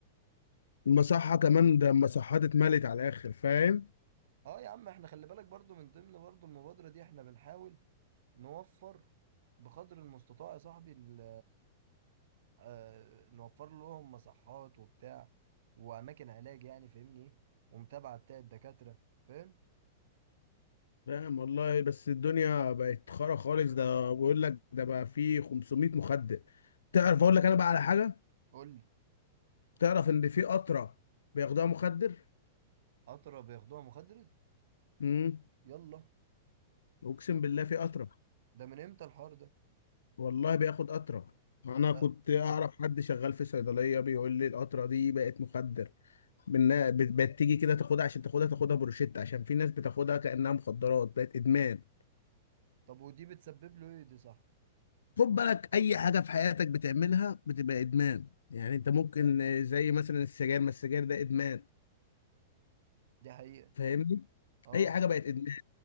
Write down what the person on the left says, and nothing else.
المصحة كمان ده المصحات اتملت على الاخر فاهم
فاهم والله بس الدنيا بقت خرا خالص ده بقول لك ده بقى فيه 500 مخدر تعرف اقول لك انا بقى على حاجه
تعرف ان في قطره بياخدوها مخدر
امم
اقسم
بالله في قطره
والله بياخد قطره انا
كنت اعرف حد شغال في صيدليه بيقول لي القطره دي بقت مخدر بإنها- بقت تيجي كده تاخدها عشان تاخدها تاخدها بروشيت عشان في ناس بتاخدها كانها مخدرات بقت ادمان
خد بالك اي حاجه في حياتك بتعملها بتبقى ادمان يعني انت ممكن آه، زي مثلا السجاير ما السجاير ده ادمان
فاهمني
اي حاجه بقت ادمان